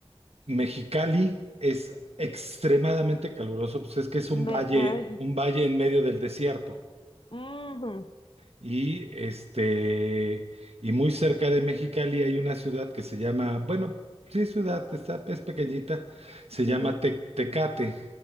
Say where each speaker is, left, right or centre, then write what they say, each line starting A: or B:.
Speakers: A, on the right (about 80°); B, on the left (about 55°).
A: Mexicali es extremadamente caluroso, pues es que es un
B: me,
A: valle,
B: me-
A: un valle en medio del desierto.
B: ujú,
A: Y este, y muy cerca de Mexicali hay una ciudad que se llama, bueno, sí es ciudad, está, es pequeñita, se
B: ujú,
A: llama Te- Tecate.